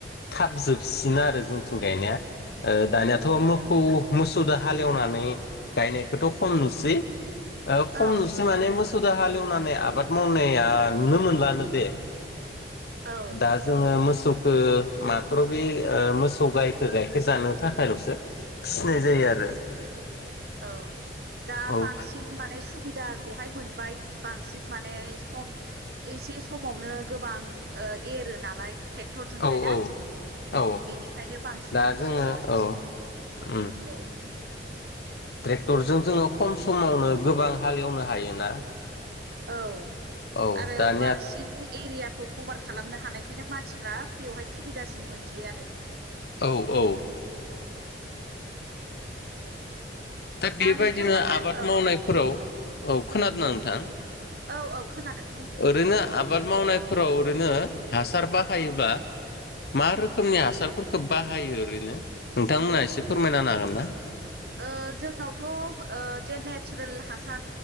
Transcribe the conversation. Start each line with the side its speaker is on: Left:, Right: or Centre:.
Left: थाब जोबसिनो आरो जोंथिं गायनाया। ओ दानियाथ' मोखौ मोसौदो हालेवनानै गायनायखोथ' खम नुसै ओ खम
Right: औ
Left: नुसै
Right: औ
Left: माने मोसौ दा हालेव नानै आबाद मावनाया नुनो मोनलानो दे
Right: औ
Left: दा जोंओ मोस सौ खो मार्थ बे ओ मोसौ गायखो गाइखेर जानो थाखायल'सो फिनाय जायो आरो।
Right: औ दा
Left: औ
Right: बांसिन माने सुबिदा खौहाय मोनबाय बांसिन माने सम एसे समावनो गोबां ओ ए रो नालाय। ट्रेक्टरजोंहाय
Left: औ
Right: ना
Left: औ
Right: ओम
Left: औ
Right: बेनिखायनो बांसिन
Left: दा
Right: मानसिफ्रा
Left: जोङो औ उम
Right: औ।
Left: ट्रेक्टरजों जोङो खम समावनो गोबां हालेवनो हायोना।
Right: औ
Left: औ
Right: आरो
Left: दानिया
Right: बांसिन एरियाखौ कभार खालामनो हानाय बेखायनो मानसिफ्रा बेवहाय सुबिदासिन मोनसै आरो।
Left: औ औ। दा बेबायदिनो
Right: नोंथांमोना
Left: आबाद
Right: औ
Left: मावनायफोराव औ खोनादो ना नोंथां।
Right: औ औ खोनादों बुं दे
Left: ओरैनो आबाद मावनायफोराव ओरैनो हासार बाहायोब्ला मा रोखोमनि हासारफोरखो बाहायो ओरैनो नोंथांमोनहा एसे फोरमायना हागोन ना?
Right: ओ जोंनावथ' ओ जे नेचारेल हासार